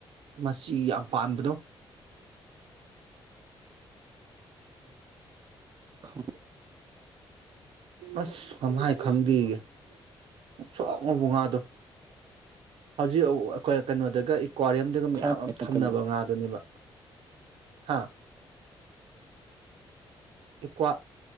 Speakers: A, on the right; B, on the right.
A: ꯃꯆꯤ ꯌꯥꯝ ꯄꯥꯟꯕꯗꯣ
B: ꯈꯪ
A: ꯑꯁ ꯉꯝꯍꯥꯏ ꯈꯪꯗꯦꯌꯦ ꯉꯧꯁꯣꯛ ꯉꯧꯕ ꯉꯥꯗꯣ ꯍꯧꯖꯤꯛ ꯑ ꯀꯩꯅꯣꯗꯒ ꯀ꯭ꯋꯥꯔꯤꯌꯝꯗꯒ ꯃꯌꯥꯝ
B: ꯊꯥꯏꯅꯉꯩ
A: ꯑꯝ
B: ꯃꯇꯝꯗ
A: ꯊꯝꯅꯕ ꯉꯥꯗꯨꯅꯦꯕ ꯍꯥꯥ ꯑꯦꯀ꯭ꯋꯥ